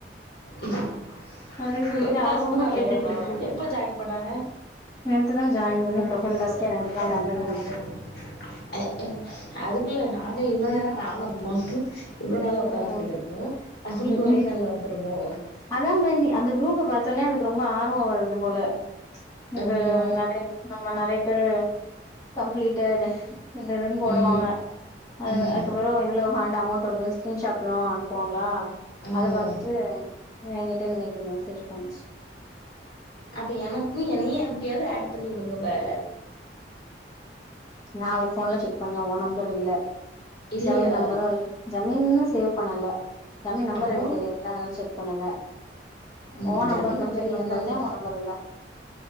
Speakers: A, on the left; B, on the left.
A: உம் <unintelligible>
B: அப்டின்னு சொல்லிட்டு
A: ஒரு டாஸ்க்
B: ஆர்வமா
A: கூட வரலயோ
B: கேட்டுட்டு
A: இன்னு
B: இருக்கு
A: எப்ப ஜாய் பண்ணாங்க
B: நேத்துதா ஜாயின்
A: <unintelligible>
B: பண்ணி ப்ரொஃபைல் டாஸ்கே நேத்துதா கம்ப்ளீட் பண்ணிச்சு
A: <inaudible> அதுக்குள்ள நாங்க இவ்ளோ நேர நானு மக்கு இவ்ளோ நாளா உக்காந்துகிட்டு
B: ம்
A: இருக்கோ அவள்க்கு ஒரே
B: ம்
A: நாள்ள வந்துருமோ
B: அதா பென்னி அந்த குரூப்ப பாத்தோனே அவள்க்கு ரொம்ப ஆர்வோ வருது போல இந்த
A: அப்படியா
B: நெறய ஆமா நெறய பேரு கம்ப்ளீட்டடஸ் இந்ததுமே போடுவாங்க
A: ம்
B: அது
A: ம்
B: அதுப்பறோ இவ்ளோ ஹாண்ட் அமௌண்ட் வருது சீன்ஷாப் எல்லா அனுப்புவாங்களா
A: ம்
B: அத பாத்துட்டு ஏங்கிட்ட இன்னக்கி மெசேஜ் பண்ணுச்சு
A: அப்ப எனக்கு என்னயே அப்டியாவது ஆட் பண்ணி உடுங்க ப
B: நா அவர் போன்ல செக் பண்ணே ஒ நம்பரு இல்ல
A: இல்லையா
B: ஜமீன் நம்பரு இ ஜமீன்னு சேவ் பண்ணல ஜமீன் நம்பர்
A: அப்புறோ
B: எனக்கு தெரியல்ல செக் பண்ணல
A: ம்
B: ஓ நம்பர்
A: ஜமீன்
B: மட்டு செக் பண்ணி
A: இருந்தாலு
B: பாத்தே
A: பிரச்சன
B: ஓ நம்பர் இல்ல